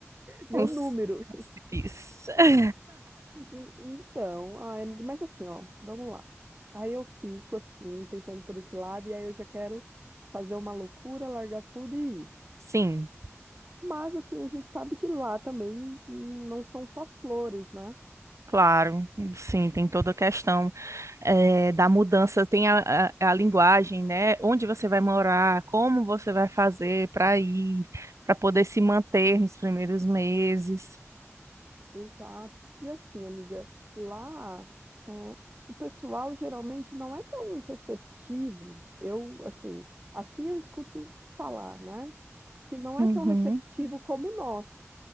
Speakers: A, on the right (about 35°); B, on the right (about 75°).
A: meu
B: Uns
A: número.
B: príncipes. <laughs>
A: E- e- Então, ai, amiga, mas assim, ó, vamos lá. Aí eu fico assim, pensando por esse lado, e aí eu já quero fazer uma loucura, largar tudo e ir.
B: Sim.
A: Mas assim, a gente sabe que lá também hum, não são só flores, né?
B: Claro, sim, tem toda a questão eh, da mudança, tem a, a, a linguagem, né? Onde você vai morar, como você vai fazer para ir, para poder se manter nos primeiros meses.
A: Exato. E assim, amiga, lá é, o pessoal geralmente não é tão receptivo. Eu, assim, assim eu escuto falar, né? Que não é
B: Uhum,
A: tão receptivo como nós.